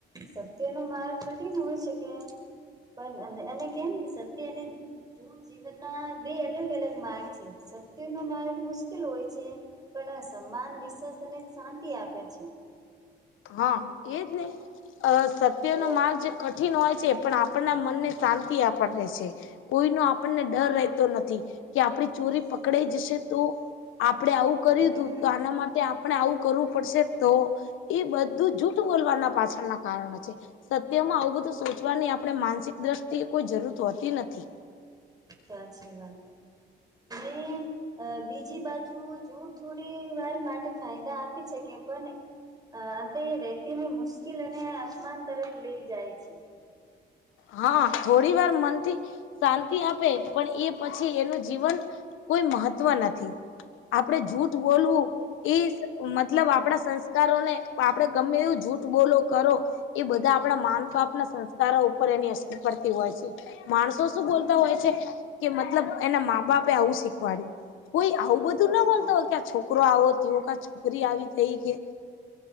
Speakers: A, on the right; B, on the left.
A: સત્ય નો માર્ગ કઠિન હોય છે કે પણ એને કેમ કે સત્ય એને જૂટ જીવન ના બે અલગ અલગ માર્ગ છે સત્ય નુ માર્ગ મુશ્કેલ હોય છે પણ સમાન વિશ્વાસ અને શાંતિ આપે છે
B: હા
A: અને
B: એજ ને અ સત્ય
A: અ
B: નો માર્ગ જે કઠિન હોય છે પણ આપણના મનને શાંતિ આપ રહે છે કોઈનો આપણને ડર રહેતો નથી કે આપણી ચોરી પકડાઈ જશે તો આપડણે આવું કર્યું
A: હમ
B: હતું તો આના માટે આપણે આવું કરવું પડશે તો એ બધું જૂઠ બોલવાના પાછળના કારણો છે સત્ય માં અવતું સોચવાની આપણે માનસિક દ્રષ્ટિ કોઈ જરૂર હોતી નથી
A: સાચી વાત અ બીજી બાજુ જૂટ થોડી વાર માટે ફાયદા આપી શકે પણ નહી અ તે એ વ્યક્તિને મુશ્કેલ અને અપમાન તરફ લઇ જાય છે
B: હા થોડી વાર મનથી શાંતિ આપે પણ એ પછી એનું જીવન કોઈ મહત્વ નથી આપણેે જૂઠ બોલવું એ મતલબ આપણા સંસ્કારોને આપડણે ગમે એવું જૂઠ બોલો કરો એ બધા આપણા માન પાપના સંસ્કારોર ઉપર એની અસર પડતી હોય છે માણસો શું
A: હમ
B: બોલતા હોય છે કે મતલબ એના મા બાપે આવું શીખવાડ્યું કોઈ આવું બધું
A: સાચી
B: ના મળતો
A: વાત
B: હોય કે છોકરો આવો થયો ક છોકરી આવી થઈ કે